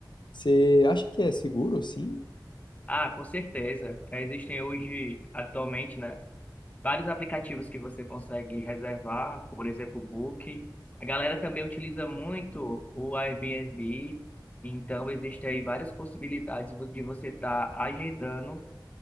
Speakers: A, on the left; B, on the left.
A: Você acha que é seguro, sim?
B: Ah, com certeza. Existem hoje, atualmente, né? vários aplicativos que você consegue reservar, por exemplo, o Booking. A galera também utiliza muito o Airbnb, então existem aí várias possibilidades de você estar agendando